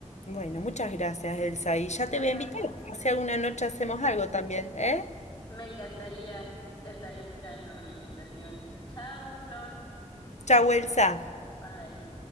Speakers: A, on the left; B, on the left.
A: Bueno, muchas gracias, Elsa. Y ya
B: Ah,
A: te voy a invitar. Si alguna noche hacemos algo también, ¿eh?
B: Me encantaría. Estaré esperando la invitación. Chao, Flor.
A: Chau, Elsa.
B: Bye.